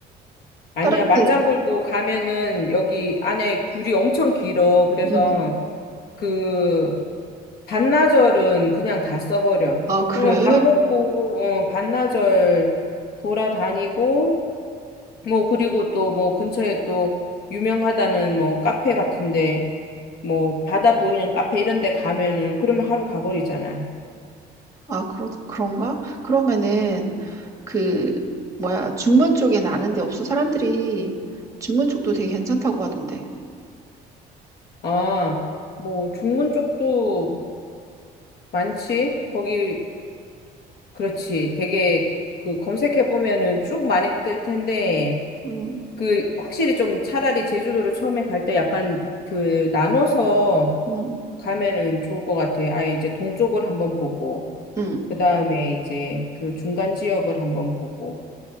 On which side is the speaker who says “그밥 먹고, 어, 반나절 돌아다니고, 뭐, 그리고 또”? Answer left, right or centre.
Left